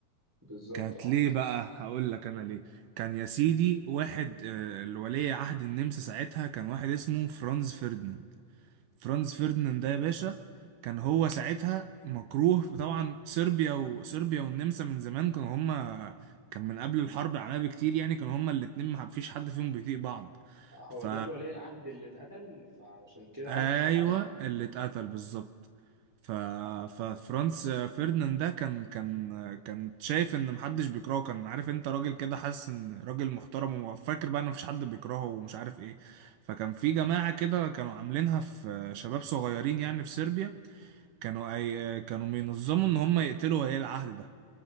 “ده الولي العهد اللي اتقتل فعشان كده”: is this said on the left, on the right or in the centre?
Centre